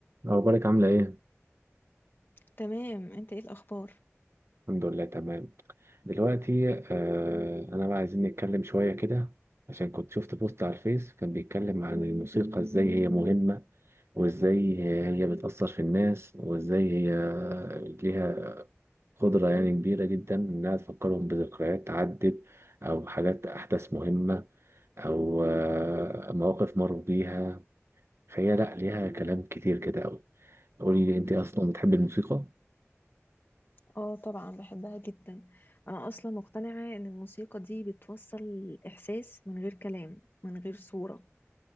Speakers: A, on the right; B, on the left.
A: أخبارك عاملة إيه؟
B: تمام انت ايه الاخبار
A: الحمد لله تمام دلوقتي آه أنا بقى عايزين نتكلم شوية كده عشان كنت شفت بوست على الفيس كان بيتكلم عن الموسيقى إزاي هي مهمة وإزاي هي بتأثر في الناس وإزاي هي ليها قدرة يعني كبيرة جدا إنها تفكرهم بذكريات عدت أو حاجات أحداث مهمة أو آه مواقف مروا بيها فهي لأ ليها كلام كتير كده أوي قولي أنت أصلا بتحبي الموسيقى؟
B: اه طبعا بحبها جدا انا اصلا مقتنعة ان الموسيقى دي بتوصل الاحساس من غير كلام من غير صورة